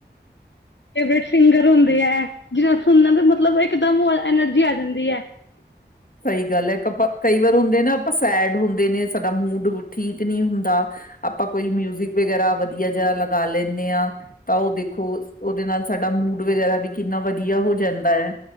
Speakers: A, on the left; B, on the left.
A: ਫੇਵਰੇਟ ਸਿੰਗਰ ਹੁੰਦੇ ਹੈ। ਜਿਹਨਾ ਨੂੰ ਸੁਣਨ ਦੇ ਮਤਲਬ ਇਕਦਮ ਐਨਰਜੀ ਆ ਜਾਂਦੀ ਹੈ।
B: ਸਹੀ ਗੱਲ ਹੈ। ਇੱਕ ਆਪਾਂ ਕਈ ਵਾਰ ਹੁੰਦੇ ਨਾ ਆਪਾਂ ਸੈਡ ਹੁੰਦੇ ਨੇ ਸਾਡਾ ਮੂਡ ਠੀਕ ਨੀ ਹੁੰਦਾ ਆਪਾਂ ਕੋਈ ਮਿਊਜਿਕ ਵਗੈਰਾ ਵਧੀਆ ਜਾ ਲਗਾ ਲੈਂਦੇ ਹਾਂ। ਤਾਂ ਉਹ ਦੇਖੋ ਉਹਦੇ ਨਾਲ ਸਾਡਾ ਮੂਡ। ਵਗੈਰਾ ਵੀ ਕਿੰਨਾ ਵਧੀਆ ਹੋ ਜਾਂਦਾ ਹੈ।